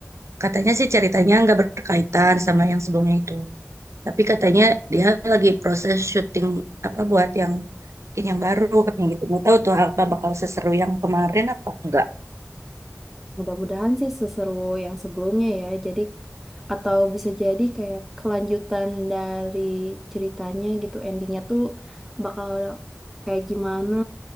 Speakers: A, on the right; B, in the centre.
A: katanya sih ceritanya nggak berkaitan sama yang sebelumnya itu. Tapi katanya dia lagi proses syuting apa buat yang bikin yang baru katanya gitu. Nggak tahu tuh apa bakal seseru yang kemarin apa enggak.
B: Mudah-mudahan sih seseru yang sebelumnya ya. Jadi atau bisa jadi kayak kelanjutan dari ceritanya gitu. Endingnya tuh bakal kayak gimana